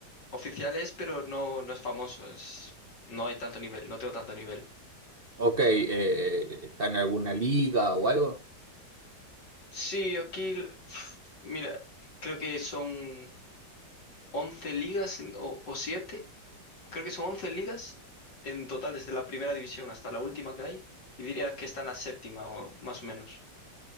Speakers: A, on the left (about 75°); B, on the right (about 35°).
A: oficial es, pero no, no es famoso. Es, no hay tanto nivel, no tengo tanto nivel.
B: Ok, eh, ¿está en alguna liga o algo?
A: Sí, aquí, l- pf, mira, creo que son 11 ligas en- o, o 7 creo que son 11 ligas en total desde la primera división hasta la última que hay. Y diría que está en la séptima o más o menos.